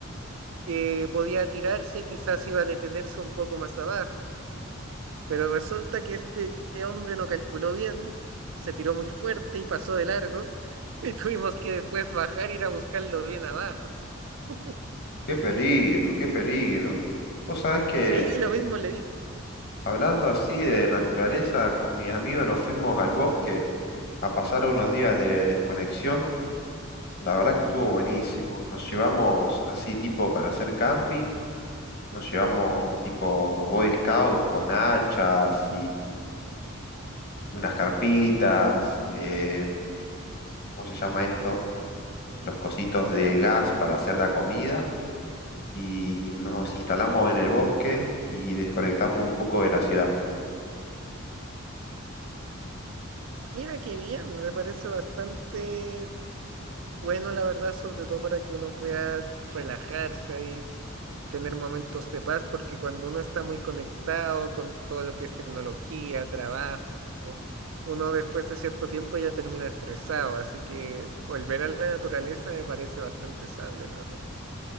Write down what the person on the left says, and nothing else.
¡Qué peligro, qué peligro! Vos sabés que
hablando así de naturaleza, con mis amigos nos fuimos al bosque a pasar unos días de desconexión. La verdad que estuvo buenísimo. Nos llevamos así tipo para hacer camping. Nos llevamos tipo Boy Scout con hachas unas carpitas, eh, ¿cómo se llama esto? Los cositos de gas para hacer la comida y nos instalamos en el bosque y desconectamos un poco de la ciudad.